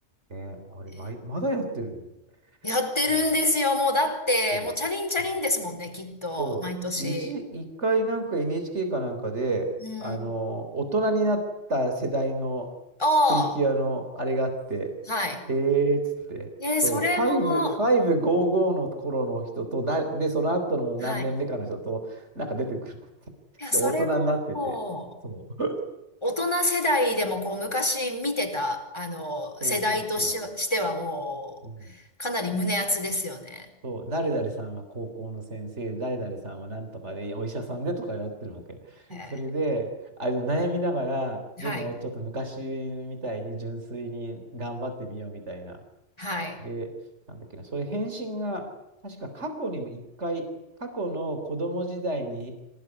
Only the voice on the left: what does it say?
え
やってるんですよ、
もうだって、
もうチャリンチャリンですもんね、
きっと、
毎年。
うん。
ああ、はい。
えーそれも、
はい。
いや、
それもも
う、大人世代でもこう、昔見てた、あの、
世代とし、してはもう、
かなり胸熱ですよね。
え
ーはい。
はい。